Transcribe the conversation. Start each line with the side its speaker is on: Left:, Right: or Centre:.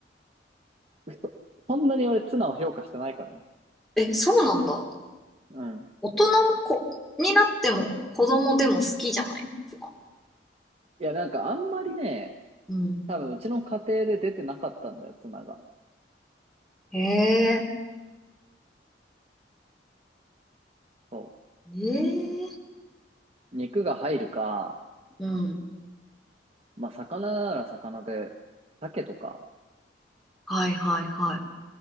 Right: <laughs> そ、そんなに俺、ツナを評価してないからね。
Centre: え、そうなんだ。
Right: うん。
Centre: 大人も子になっても子供でも好きじゃないツナ。
Right: いや、なんか、あんまりね、
Centre: うん。
Right: 多分、うちの家庭で出てなかったんだよ、ツナが。
Centre: へえ。
Right: そ
Centre: ええ。
Right: う。肉が入るか、
Centre: うん。
Right: まあ、魚なら魚で、鮭とか、
Centre: はいはいはい。